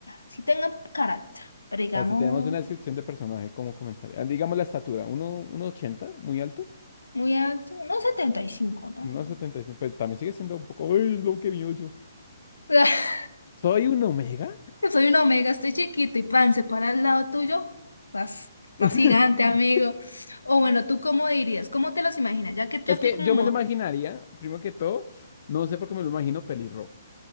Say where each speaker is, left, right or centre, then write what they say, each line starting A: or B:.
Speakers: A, on the left; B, on the left.
A: sí tenga carácter, pero digamos,
B: sea, si tenemos una descripción de personaje, ¿cómo comenzaría? Ah, Digamos la estatura, uno, uno ochenta, muy alto,
A: muy alto, unos 75, ¿no?
B: 1,75, pues también sigue siendo un poco, ¡ay, es lo que mío yo!
A: <laughs>
B: ¿Soy un omega?
A: Yo soy un omega, estoy chiquito y pan, se para al lado tuyo. Estás, estás
B: <laughs>
A: gigante, amigo. O bueno, ¿tú cómo dirías? ¿Cómo te los imaginas? Ya que yo
B: Es que
A: te como
B: yo me lo imaginaría, primero que todo, no sé por qué me lo imagino pelirrojo.